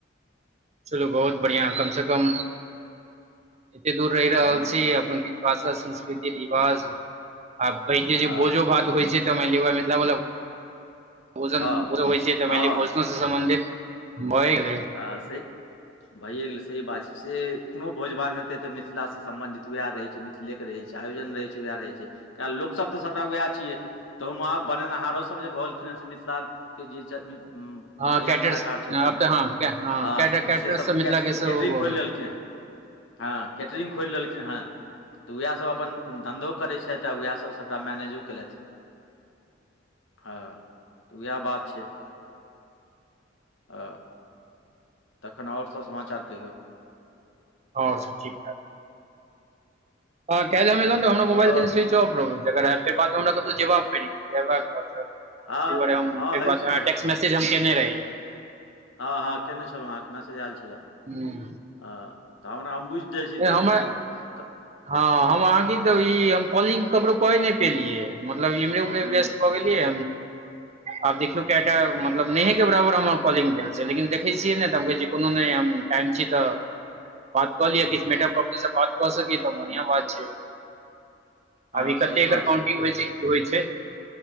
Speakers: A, on the right (about 35°); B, on the left (about 80°).
A: चलू बहुत बढ़ियां कम से कम एते दूर रहि रहल
B: ह्म
A: छी अपन भाषा, संस्कृति, रिवाज आ कहै छियै
B: हँ
A: जे भोजो भात होइ छैय तऽ मान लिअ मिथिला वला भोजन
B: हँ
A: होइ छैय तऽ
B: हँ
A: मान लिअ भोजनो से सम्बन्धित भए गेलै।
B: आ से भैए गेल सही बात छै से कोनो भोज भात हेतै तऽ मिथिला सँ सम्बंधित उएह रहै छैय मिथ लेके रहै छैय आयोजन रहै छैय उएह रहै छैय कए लोकसभ तऽ सबटा उएह छियै। तहुमे आब बनेनिहारोसब जे भऽ गेलखिन हँ से मिथिलाके जे छै। बढ़िआ
A: हँ कैटर्स
B: कलाकार छलखिन
A: आब
B: है।
A: तऽ हँ
B: हँ
A: कैटर कैटर्स
B: से सब कैटरिंग-
A: मिथिला के सेहो
B: कैटरिंग
A: भऽ
B: खोलि
A: गेल
B: लेलखिन है। हँ कैटरिंग खोएल लेलखिन है तऽ उएह सब अपन धन्धो करै छथि आ उएह सब सब सबटा मैनेजो केलेथ हँ तऽ वएह बात छैय। हँ तखन और सब समाचार कहियौ।
A: और सब ठीक ठाक। ह काएल
B: अच्छा
A: एलौ तऽ हमरा मोबाइल
B: ओतय
A: सिच च्ड ऑफ रहो ओकर बाद हमरा कतौ जबाब परी जेबाक तहि
B: हँ
A: दुआरे हम
B: हँ होइ
A: एक बार
B: छै
A: अहाँके
B: होइ
A: टेक्स्ट
B: छै
A: मैसेज हम केने रही।
B: हँ हँ केने छलहुँ अहाँके मैसेज आयल छलए
A: नहि
B: हँ तऽ हमरा हम बुझ जाय छी तखन
A: हमरा
B: जे त
A: हँ हम अहाँके त ई हम कॉलिंग ककरो कऽ नै पेलियै। मतलब इमरे उमरे मे
B: हँ
A: व्यस्त भ गेलियै आब देखियौ केटा मत लब नैहे के बराबर हम कॉलिंग देब लेकिन देखै छियै ने त हम भेल जे कोनो नै हम टाइम छी तऽ बात कऽ लिय की मेगाप्र से बात क सकी त बढ़िया बात छैय।
B: हँ
A: अभ ई
B: सही
A: कते एकर
B: बात छै
A: काउंटिंग होइ छैय की होइ छैय।